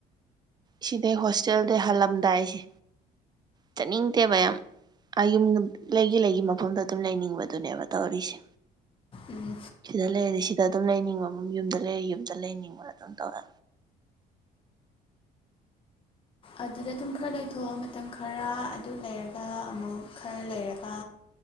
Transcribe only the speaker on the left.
ꯎꯝ
ꯑꯗꯨꯗ ꯑꯗꯨꯝ ꯈꯔ ꯂꯩꯊꯣꯛ ꯑꯣ ꯃꯇꯝ ꯈꯔ ꯑꯗꯨ ꯂꯩꯔꯒ ꯑꯃꯨꯛ ꯈꯔ ꯂꯩꯔꯒ